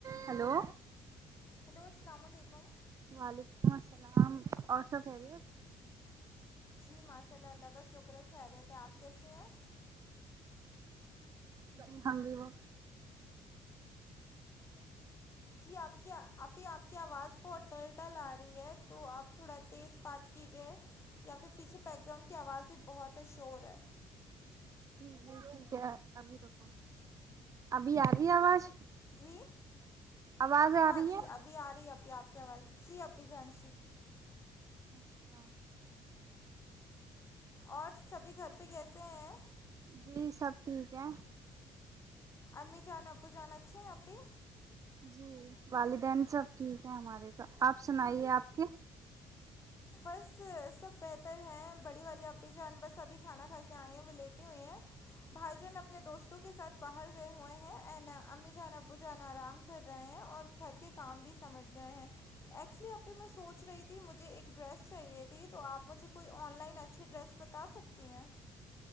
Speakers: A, on the right; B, on the left.
A: hello
B: hello السلام علیکم
A: وعلیکم السلام اور سب خیریت
B: جی ماشاء اللہ اللہ کا شکر ہے خیریت ہے آپ کیسے ہیں
A: جی ہم بھی وہ
B: جی آپ کیا آپی آپ کی آواز بہت ڈل ڈل آ رہی ہے تو آپ تھوڑا تیز بات کیجے یا پھر پیچھے بیک گراؤنڈ کی آواز میں بھی بہت شور ہے
A: جی جی ٹھیک ہے ابھی رکھو ابھی آ رہی ہے آواز
B: جی
A: آواز آ
B: ہاں
A: رہی ہے
B: جی آ رہی ہے ابھی آپ کی آواز جی اپی جان
A: <inaudible>
B: اور سبھی گھر پہ کیسے ہیں
A: جی سب ٹھیک ہے
B: امی جان ابو جان اچھے ہیں آپی
A: جی والدین سب ٹھیک ہیں ہمارے تو آپ سنائیے آپ کے
B: بس سب بہتر ہے بڑی والی آپی جان بس ابھی کھانا کھا کے آئے ہیں وہ لیٹے ہوئے ہیں بھائی جان اپنے دوستوں کے ساتھ باہر گئے ہوئے ہیں اینڈ امی جانا ابو جان آرام کر رہے ہیں اور گھر کے کام بھی سمیٹ گئے ہیں ایکچولی میں سوچ رہی تھی مجھے ایک ڈریس چاہیے تھی تو آپ مجھے کوئی آن لائن اچھی ڈریس بتا سکتی ہیں